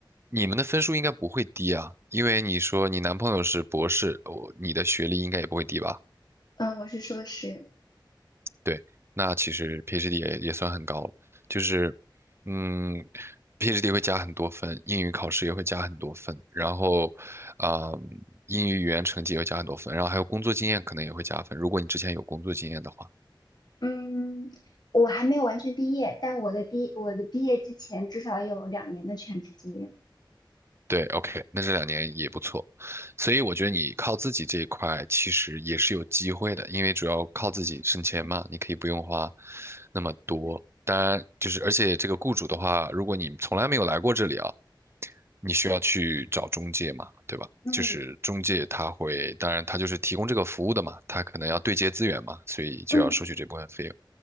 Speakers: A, on the right; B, on the left.
A: 你们的分数应该不会低啊，因为你说你男朋友是博士，我你的学历应该也不会低吧？
B: 嗯，我是硕士，
A: 对，那其实 PhD 也也算很高了，就是，嗯，PhD 会加很多分，英语考试也会加很多分，然后，啊、英语语言成绩也会加很多分，然后还有工作经验可能也会加分，如果你之前有工作经验的话，
B: 嗯，我还没有完全毕业，但我的毕我的毕业之前至少有两年的全职经验。
A: 对，OK，那这两年也不错，所以我觉得你靠自己这一块其实也是有机会的，因为主要靠自己省钱嘛，你可以不用花那么多。当然，就是而且这个雇主的话，如果你从来没有来过这里啊。你需要去找中介嘛，对吧？
B: 嗯
A: 就是中介他会，当然他就是提供这个服务的嘛，他可能要对接资源嘛，所以就要收取这部分费用，
B: 嗯